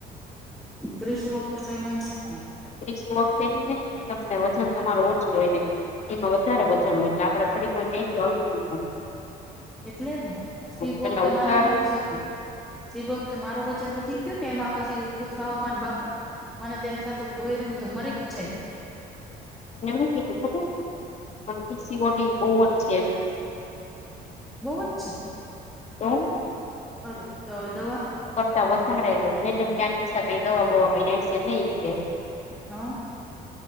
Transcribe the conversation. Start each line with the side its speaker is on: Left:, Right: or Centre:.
Centre: ક્રિસુ વક્ત તો એ વાધો ન આયો.
Left: ત્રીસું વખતે ને ત વજન તમારો ઓછું હોય ને તેમાં વધારે બચા એટ આપે ખડી ક્યાથી આવ દવા
Centre: એટલે જ ને શિવભોગ
Left: પેલા ઉતારું
Centre: મારે એમ જ થયું તું જે વક્ત મારો વજન વધી ગયો ને એમાં પછી ઊભું થવામા ને બાપા મને તેમ સાથે કોયર હું તો મરી જ જય.
Left: મે હું કીધુ ખબર હે કૃષિ બોડી બહુજ છે
Centre: બવુ જ છે.
Left: તો
Centre: અરે તો હવે દવા
Left: કરતા વધારે મેડમ ક્યાં કઈ દવા બવા કઈ આવીશે નહી કે
Centre: હા.